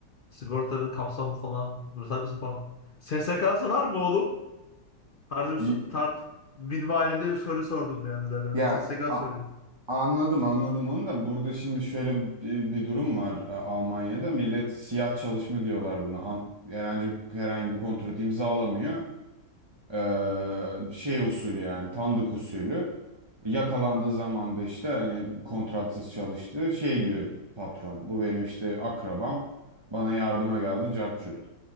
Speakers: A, on the left; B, on the right.
A: Sigortanın kapsamı falan. Ruhsatlısı falan. SSK'sı var mı oğlum? Tarzı bir,
B: Y-
A: so- tar minvalinde bir soru sordum yani zaten.
B: Ya
A: SSK
B: a-
A: soruyor.
B: anladım anladım onu da burada şimdi şöyle bir, bir, bir durum var A- Almanya'da. Millet siyah çalışma diyorlar buna. An- herhangi herhangi bir kontrat imzalamıyor. Ee, şey usulü yani tandık usulü yakalandığı zaman da işte hani kontratsız çalıştı şey diyor patron bu benim işte akrabam bana yardıma geldi cart curt.